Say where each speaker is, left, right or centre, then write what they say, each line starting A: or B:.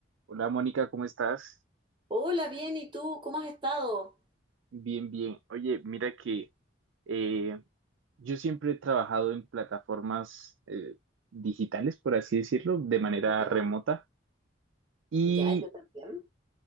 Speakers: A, on the right; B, on the right.
A: Hola Mónica, ¿cómo estás?
B: Hola, bien, ¿y tú? ¿Cómo has estado?
A: Bien, bien. Oye, mira que eh, yo siempre he trabajado en plataformas eh, digitales, por así decirlo, de manera
B: Ya,
A: remota. Y
B: ya, yo también.